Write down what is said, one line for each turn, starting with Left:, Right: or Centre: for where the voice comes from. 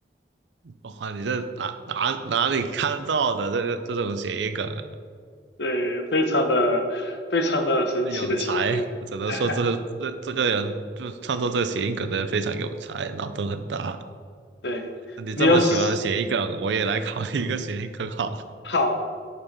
Right: 哇，你这哪哪哪里看到的这个这种谐音梗啊
Left: <laughs> 对，非常的非常的神奇的谐音梗。
Right: 有才，我只能说这这这个人就是创作这个谐音梗的人非常有才，
Left: <laughs>
Right: 脑洞很大。
Left: 对，
Right: 你这么喜欢谐音梗，
Left: 你有什么
Right: 我也来考虑一个谐音梗好了。
Left: 好，